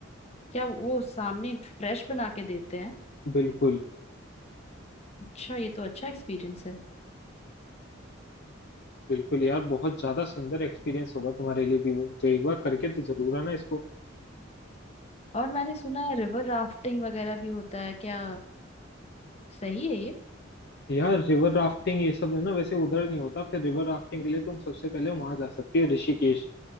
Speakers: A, on the left (about 30°); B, on the left (about 55°).
A: क्या वो सामने फ्रेश बना के देते हैं
B: बिल्कुल
A: अच्छा ये तो अच्छा एक्सपीरियंस है
B: बिल्कुल यार बहुत ज्यादा सुंदर एक्सपीरियंस होगा तुम्हारे लिए भी वो तो एक बार करके तो जरूर आना इसको
A: और मैंने सुना है रिवर राफ्टिंग वगैरह भी होता है क्या सही है ये
B: यार रिवर राफ्टिंग ये सब है ना वैसे उधर नहीं होता फिर रिवर राफ्टिंग के लिए तुम सबसे पहले वहां जा सकती हो ऋषिकेश